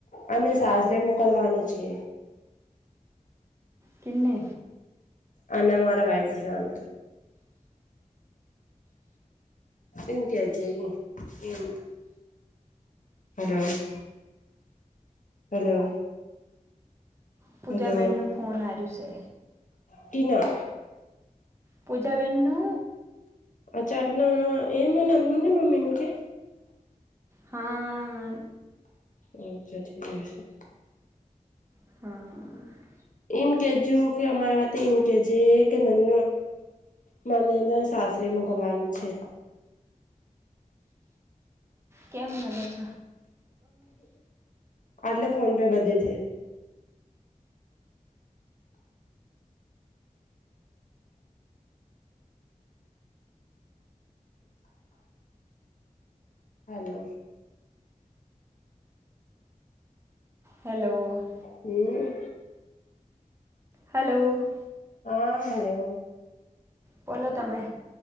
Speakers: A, on the left (about 65°); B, on the right (about 20°).
A: અને સાસરે મોકલવાનું છે.
B: કેને
A: અન મારા પા છે. સાંદ એમ કે છે. એમ <unintelligible> હલો
B: પૂજાબહેનનું
A: હલો
B: ફોન હાર્યું છે.
A: ટીના
B: પૂજાવેનુ
A: આ ચડના એમ નંદને મમ્ીનુ, કે
B: હા
A: અચ્છા ઠી છે.
B: હા
A: એમ કેજો કે અમારે વાતે એમ કેજ કે નનું મને અંદર સાસરે મોકલવાનું છે.
B: કેમ મજ છ
A: આટલે ફોન પે બધે છે. હલો
B: હલો,
A: હમ
B: હલો
A: હા હલોલો
B: બોલો તમે